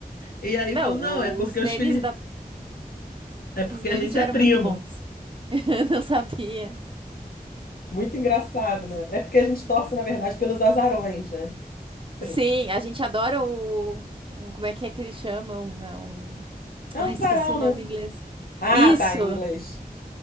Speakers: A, on the left; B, on the right.
A: E aí
B: Não,
A: falou, não, é porque
B: os memes
A: os filhos,
B: da...
A: é porque
B: os memes
A: a gente
B: eram
A: é primo.
B: muito bons. <laughs> Não sabia.
A: Muito engraçado, né? É porque a gente torce, na verdade, pelos azarões, né? Sim.
B: Sim, a gente adora o. um- como é que é que eles chamam? É Um...
A: É
B: Ah,
A: um azarão,
B: esqueci o nome
A: né?
B: em inglês.
A: Ah,
B: Isso!
A: tá, em inglês.